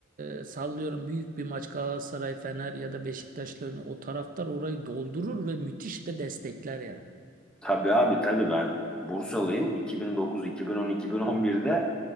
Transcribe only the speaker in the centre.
Tabii abi tabii ben Bursalıyım. 2009, 2010, 2011'de